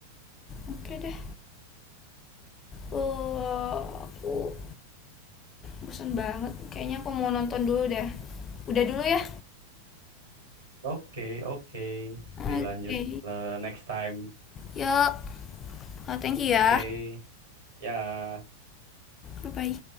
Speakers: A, on the left; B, on the right.
A: Oke deh. Eh, aku bosan banget. Kayaknya aku mau nonton dulu deh. Udah dulu ya.
B: Oke, oke,
A: Oke.
B: Dilanjut eh, next time.
A: Yuk. Eh, thank you
B: Oke,
A: ya.
B: ya.
A: Bye-bye.